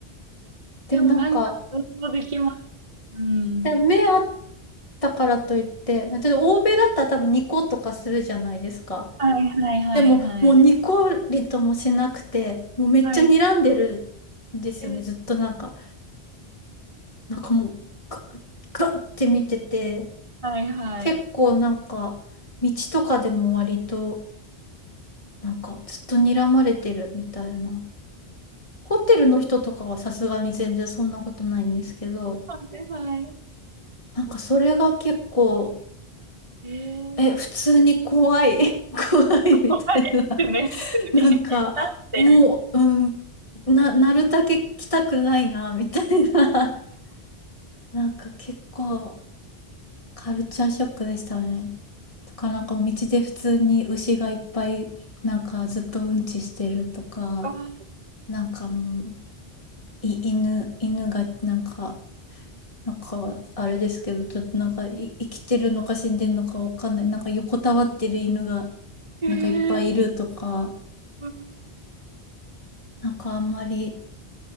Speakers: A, on the left (about 35°); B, on the right (about 30°).
A: で、
B: でもなんか、
A: なんか、
B: 想像できます。うん。
A: で、目あったからといって、例えば欧米だったら多分ニコとかするじゃないですか。
B: はいはいはいはい。
A: でも、もうニコリともしなくて、もうめっちゃ睨んでるんですよね、
B: はい。えー、
A: ずっとなんか、なんかもう、ガッガッって見てて、
B: はいはい。
A: 結構なんか、道とかでも割と、なんかずっと睨まれてるみたいな。ホテルの人とかはさすがに全然そんなことないんですけど、
B: はいはい。
A: なんかそれが結構、
B: えー
A: え、普通に怖い、<laughs> 怖いみたいな。
B: <laughs> 怖いですね、普通に。
A: なんか、
B: だって、
A: もう、うん、な、なるだけ来たくないな、みたいな。<laughs> なんか結構カルチャーショックでしたね。とか、なんか道で普通に牛がいっぱい、なんかずっとうんちしてるとか、
B: ああ、
A: なんかもう、い、犬、犬がなんか、なんか、あれですけど、ちょっとなんか、い、生きてるのか死んでるのかわかんない。なんか横たわってる犬が、
B: へえ
A: なんかいっぱいいるとか、
B: うん。
A: なんかあんまり